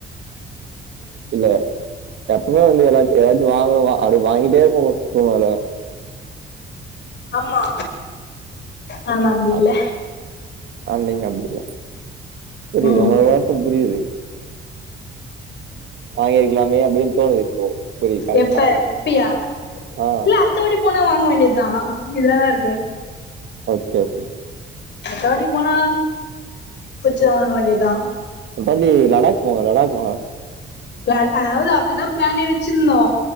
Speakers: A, on the right; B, on the left.
A: இல்ல எப்பவுமே வந்து ஏதாச்சு ஏதாச்சும் வாங்கணும் அது வாங்கிட்டே போவோம் போவளாம்
B: ஆமா ஆனா அப்டி இல்ல
A: அதான் ஆ நீங்க அப்படிலாம் புரியுது
B: ம்
A: உங்க வார்த்த புரியுது வாங்கிருக்கலாமே அப்படின்னு தோணுது இப்போ புரியுது கரெக்டா
B: எப்ப இப்பயா
A: ஆஹ்
B: இல்ல அத்தவாடி போனா வாங்க வேண்டியதுதான் இங்க தான் இருக்கேன்
A: ஓகே ஓகே
B: அடுத்தவாட்டி போனா புடிச்சத வாங்க வேண்டியது தான்
A: அது தாண்டி லடாக் போவொ லடாக் நல்லாரு
B: ல நாங்ளு அதுதா ப்ளானே வச்சிருந்தோ